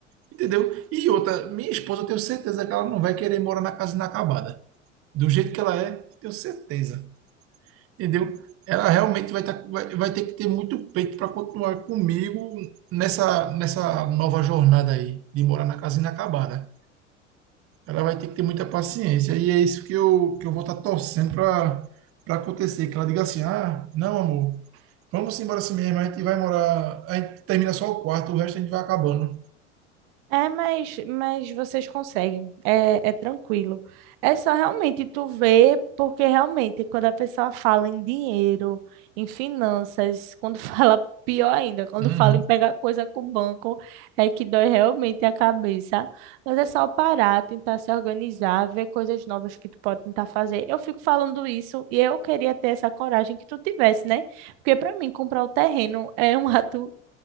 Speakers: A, on the right; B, on the right.
A: entendeu? E outra, minha esposa, eu tenho certeza que ela não vai querer morar na casa inacabada. Do jeito que ela é, tenho certeza entendeu? Ela realmente vai, tá, vai, vai ter que ter muito peito para continuar comigo nessa, nessa nova jornada aí, de morar na casa inacabada. Ela vai ter que ter muita paciência, e é isso que eu, que eu vou estar torcendo para para acontecer, que ela diga assim, ah, não, amor, vamos embora assim mesmo, a gente vai morar, a gente termina só o quarto, o resto a gente vai acabando.
B: É, mas, mas vocês conseguem, é, é tranquilo. É só realmente tu ver, porque realmente quando a pessoa fala em dinheiro, em finanças, quando <laughs> fala pior ainda, quando
A: Uhum.
B: fala em pegar coisa com o banco, é que dói realmente a cabeça. Mas é só parar, tentar se organizar, ver coisas novas que tu pode tentar fazer. Eu fico falando isso e eu queria ter essa coragem que tu tivesse, né? Porque para mim comprar o terreno é um <laughs> ato